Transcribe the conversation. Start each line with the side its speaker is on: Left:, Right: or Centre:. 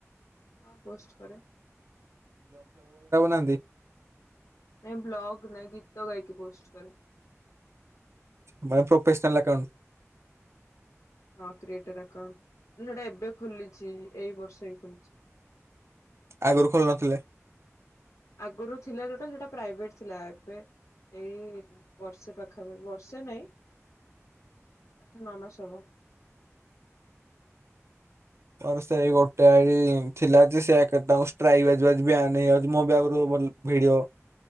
Left: ହଁ ପୋଷ୍ଟ କରେ
Right: ହାନ୍ତି
Left: ନହିଁ ବ୍ଲଗ ନହିଁ ଗୀତ ଗାଇକି ପୋଷ୍ଟଷ୍ଟ କରରେ
Right: ଆମରେ ପ୍ରୋଫେସଣଲ ଅକାଉଟ
Left: ହଁ କ୍ରିଏଟକ ନଟା ଏବେ ଖୋଲିଛି ଏଇ ବର୍ଷ ହଇ ଖୋଲିଛି
Right: ଆଗରୁ ଖୋଲ ନଥିଲେ
Left: ଆଗରୁ ଥିଲା ଯୋଉଟା ସେଟା ପ୍ରାଇଭେଟ ଥିଲା ଏବେ ଏଇ ବର୍ଷେ ପାଖାପାଖ ବର୍ଷେ ନହିଁ ଆଠ ନଅ ମାସ ହବ
Right: ମୋର ସେଇ ଗୋଟେ ଥିଲା ଯେ ସେଙ୍କୁ ଷ୍ଟ୍ରାଇକ୍ ବାିବ ମୋ ବି ଆଗରୁ ଭିଡିଓ